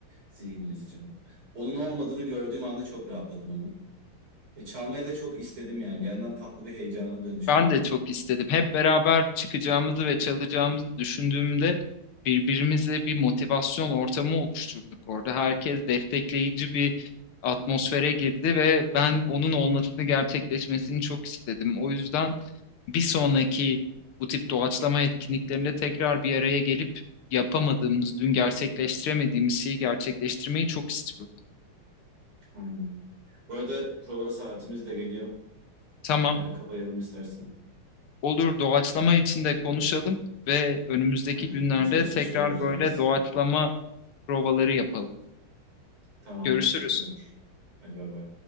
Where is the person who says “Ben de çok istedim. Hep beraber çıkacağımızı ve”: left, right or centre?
Left